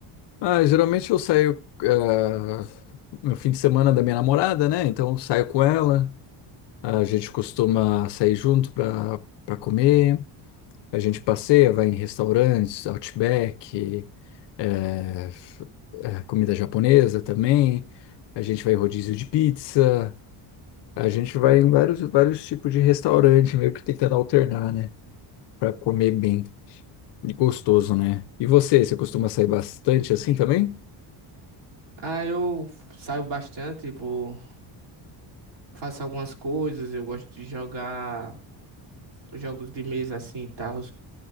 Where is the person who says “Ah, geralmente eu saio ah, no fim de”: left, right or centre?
Left